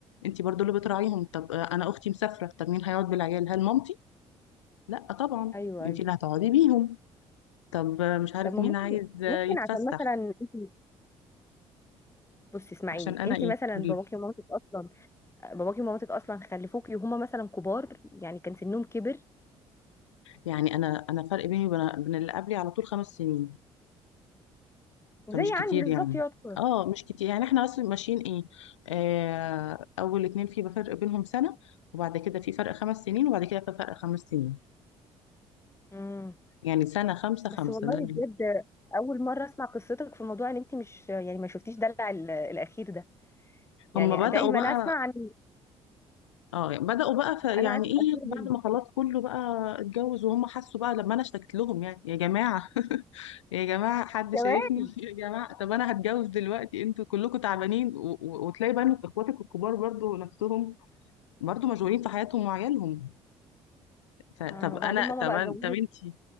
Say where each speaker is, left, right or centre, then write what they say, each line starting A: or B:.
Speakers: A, on the left; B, on the left.
A: انت برضو اللي بتراعيهم طب آه، انا اختي مسافره طب مين هيقعد بالعيال هل مامتي لا طبعا
B: ايوه ايوه
A: انت اللي هتقعدي بيهم طب مش عارف
B: طب ما
A: مين
B: ممكن
A: عايز يتفسح
B: ممكن عشان مثلا انت بصي اسمعيني
A: عشان انا
B: انت
A: ايه
B: مثلا
A: قولي
B: باباكي
A: لي.
B: ومامتك اصلا باباكي ومامتك اصلا خلفوكي وهما مثلا كبار يعني كان سنهم كبر
A: يعني انا انا فرق بيني وبين بين اللي قبلي على طول خمس سنين
B: زي
A: فمش
B: عندي
A: كتير
B: بالظبط
A: يعني
B: يعتبر
A: اه مش كتير يعني احنا اصلا ماشيين ايه آه اول اتنين في فرق بينهم سنة وبعد كده في فرق خمس سنين وبعد كده في فرق خمس سنين
B: مم.
A: يعني سنة خمسة
B: بس
A: خمسة
B: والله
A: ده اللي-
B: بجد اول مره اسمع قصتك في موضوع ان انت مش يعني ما شفتيش دلع ال- الاخير ده يعني
A: هم بدأوا
B: دايما
A: بقى
B: اسمع عن
A: اه بدأوا بقى ف يعني
B: انا عن الاخير
A: ايه
B: هنا
A: بعد ما خلاص كله بقى اتجوز وهم حسوا بقى لما انا اشتكت لهم يعني يا جماعة يا جماعة حد
B: كمان
A: شايفني <laughs> يا جماعة طب أنا هتجوز دلوقتي أنتوا كلكم تعبانين و... و... وتلاقي بقى إن إخواتك الكبار برضو نفسهم برضو مشغولين في حياتهم وعيالهم ف... طب
B: اه
A: أنا
B: وبعدين ماما
A: طب
B: بقى
A: أنا-
B: جوزت
A: طب أنتي